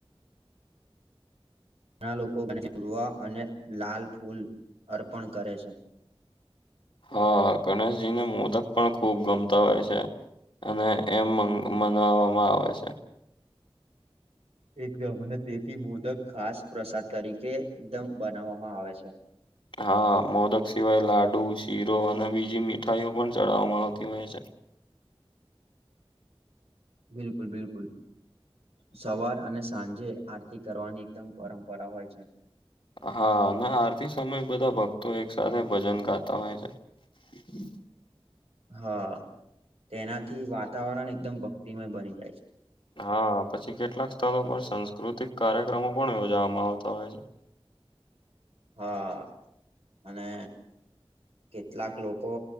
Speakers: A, on the right; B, on the left.
A: ઘણા લોકો ઉરવા અને લાલ ફૂલ અર્પણ કરે છે.
B: હા ગણેશજીને મોદક પણ ખૂબ ગમતા હોય છે. અને એમ મન મનાવામાં આવે છે.
A: એકદમ અને તેથી મોદક ખાસ પ્રસાદ તરીકે એકદમ બનાવામાં આવે છે.
B: હા મોદક સિવાય લાડુ શીરો અને બીજી મીઠાઈઓ પણ ચડાવવામાં આવતી હોય છે.
A: બિલકુલ બિલકુલ. સવાર અને સાંજે આરતી કરવાની એકદમ પરંપરા હોય છે.
B: હા અને આરતી સમય બધાં ભક્તો એક સાથે ભજન ગાતાં હોય છે. હમ <unintelligible>
A: હા તેનાથી વાતાવરણ એકદમ ભક્તિમય બની જાય છે.
B: હા પછી કેટલાક સ્થળો પર સાંસ્કૃતિક કાર્યક્રમો પણ યોજાવામાં આવતા હોય છે.
A: હા. અને કેટલાક લોકો